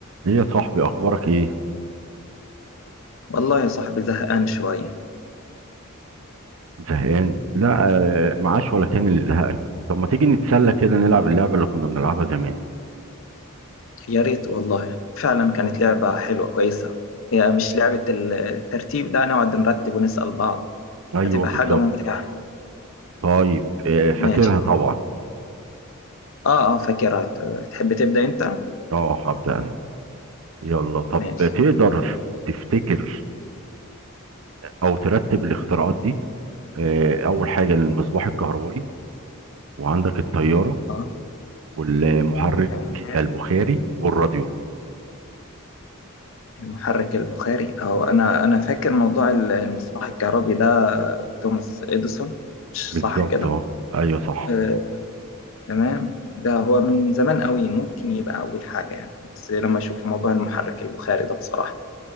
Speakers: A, on the right (about 70°); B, on the left (about 65°).
A: ليه يا صاحبي اخبارك ايه
B: والله يا صاحبي زهقان شوية
A: زهقان لا آه، معاش ولا كان اللي زهقك طب ما تيجي نتسلى كده نلعب اللعبه اللي كنا بنلعبها زمان
B: يا ريت والله فعلا كانت لعبة حلوة كويسة هي مش لعبة ال- الترتيب ده نقعد نرتب ونسأل بعض
A: ايوه
B: هتبقى
A: بالظبط
B: حاجة ممتعة
A: طيب آه، فاكرها
B: ماشي
A: طبعا
B: اه اه فاكرها ت- تحب تبدأ انت
A: اه هبدا انا يلا طب
B: ماشي
A: تقدر تفتكر او ترتب الاختراعات دي آه، اول حاجه المصباح الكهربائي وعندك الطياره
B: اه
A: والمحرك
B: تمام
A: البخاري والراديو
B: المحرك البخاري اهو انا انا فاكر موضوع ال- المصباح الكهربي ده توماس اديسون مش
A: بالظبط
B: صح كده
A: اه ايوه صح
B: آه تمام ده هو من زمان قوي ممكن يبقى اول حاجة يعني بس لما اشوف موضوع المحرك البخاري ده بصراحة